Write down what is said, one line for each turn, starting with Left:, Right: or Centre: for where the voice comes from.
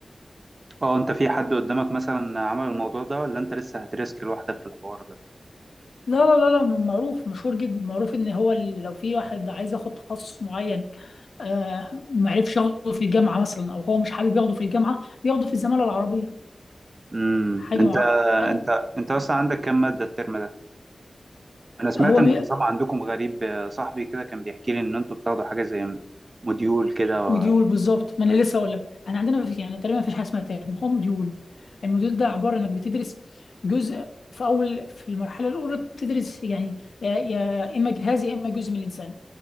Right: اه انت في حد قدامك مثلا عمل الموضوع ده ولا انت لسه هترسك لوحدك في الحوار ده
Left: لا لا لا لا معروف مشهور جدا معروف إن هو ال- لو في واحد عايز ياخد تخصص معين آه، معرفش ياخده في الجامعة مثلا أو هو مش حابب ياخده في الجامعة بياخده في الزمالة العربية
Right: امم
Left: حاجة
Right: انت
Left: مع... حاجة
Right: انت انت اصلا عندك كام مادة الترم ده انا سمعت
Left: هو
Right: ان
Left: م...
Right: النظام عندكم غريب آه، صاحبي كده كان بيحكي لي ان انتوا بتاخدوا حاجة زي موديول كده
Left: موديول
Right: و...
Left: بالظبط ما انا لسه اقول لك احنا عندنا مفيش يعني تقريبا مفيش حاجه اسمها ترم هو موديول الموديول ده عباره انك بتدرس جزء في اول في المرحله الاولى بتدرس يعني يا يا اما جهاز يا اما جزء من الانسان